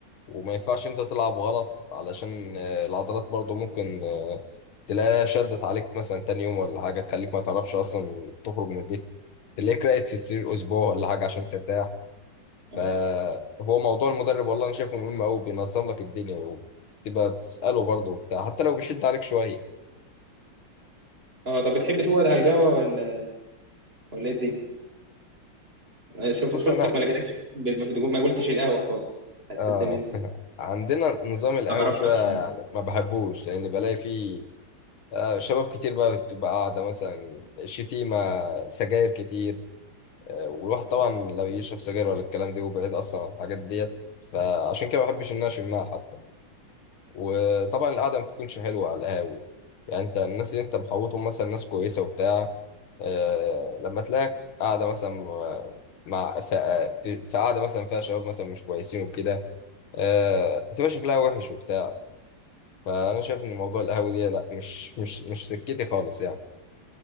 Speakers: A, on the left; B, on the right.
A: وما ينفعش انت تلعب غلط علشان آه، العضلات برضو ممكن آه، تلاقيها شدت عليك مثلا تاني يوم ولا حاجة تخليك ما تعرفش أصلا تخرج من البيت تلاقيك راقد في السرير أسبوع ولا حاجة عشان ترتاح
B: أه
A: فهو موضوع المدرب والله أنا شايفه مهم أوي بينظم لك الدنيا وتبقى بتسأله برضو وبتاع حتى لو بيشد عليك شوية
B: أه طب بتحب تقعد على القهوة ولا ولا إيه الدنيا؟ شفت
A: بص
B: شفتك
A: أنا
B: ما لقيتكش ما تقول- ما قلتش القهوة خالص حسيت
A: آه
B: ان انت
A: <laughs> عندنا نظام القهوة
B: استغربت
A: شوية
B: شويه
A: يعني ما بحبوش لأن بلاقي فيه آه، شباب كتير بقى بتبقى قاعدة مثلا شتيمة سجاير كتير آه، والواحد طبعا لا بيشرب سجاير ولا الكلام ده وبعيد اصلا عن الحاجات ديت فعشان كده ما بحبش ان انا اشمها حتى وطبعا القعده ما بتكونش حلوه على القهاوي يعني انت الناس اللي انت محوطهم مثلا ناس كويسه وبتاع آه لما تلاقيك قاعده مثلا مع ف- في في قعده مثلا فيها شباب مثلا مش كويسين وكده آه هتبقى شكلها وحش وبتاع فانا شايف ان موضوع القهاوي دي لا مش مش مش سكتي خالص يعني